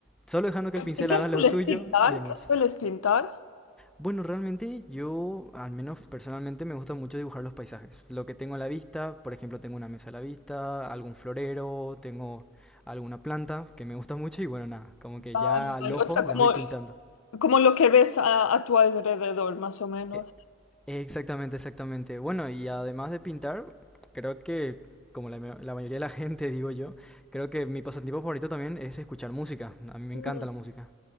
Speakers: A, in the centre; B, on the left.
A: solo dejando que el pincel
B: ¿qué qué
A: haga lo
B: sueles
A: suyo
B: pintar?
A: y demás.
B: ¿Qué sueles pintar?
A: Bueno, realmente yo, al menos personalmente, me gusta mucho dibujar los paisajes. Lo que tengo a la vista, por ejemplo, tengo una mesa a la vista, algún florero, tengo alguna planta que me gusta mucho y bueno, nada, como que
B: Tal
A: ya
B: y tal.
A: al ojo
B: O sea, como,
A: las voy pintando.
B: como lo que ves a, a tu alrededor, más o menos.
A: E- Exactamente, exactamente. Bueno, y además de pintar, creo que, como la, ma- la mayoría de la gente, <laughs> digo yo, creo que mi pasatiempo favorito también es escuchar música. A mí me encanta
B: Mm.
A: la música.